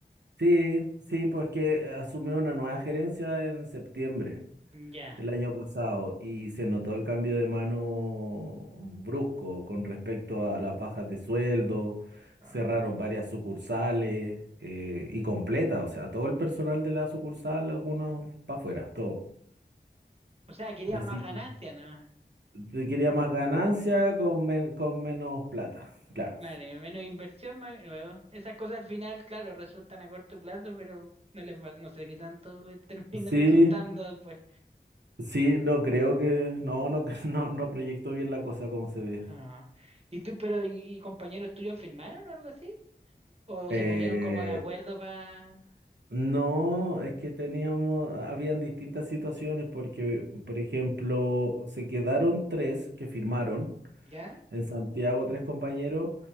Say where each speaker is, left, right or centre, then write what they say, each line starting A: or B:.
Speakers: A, on the right; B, on the right.
A: Sí, sí, pues que asumió una nueva gerencia en septiembre.
B: Ya.
A: del año pasado y se notó el cambio de mano brusco con respecto a las bajas de sueldo, cerraron
B: Ah.
A: varias sucursales eh, y completa, o sea, todo el personal de la sucursal, algunos para afuera, todo.
B: O sea, querían
A: Así
B: más ganancias
A: que
B: nomás.
A: te quería más ganancia con, men- con menos plata, claro.
B: Claro, y menos inversión, más luego. Esas cosas al final, claro, resultan a corto plazo, pero no les va- no sé qué tanto les <laughs> termine
A: Sí,
B: resultando después.
A: sí, no creo que, no, no, <laughs> no, no proyecto bien la cosa como se ve.
B: Ah. ¿Y tú, pero, y, y compañeros tuyos firmaron o algo así? ¿O
A: Eh,
B: se pusieron como de acuerdo para...
A: No, es que teníamos, habían distintas situaciones porque, por ejemplo, se quedaron tres que firmaron,
B: ¿Ya?
A: en Santiago tres compañeros,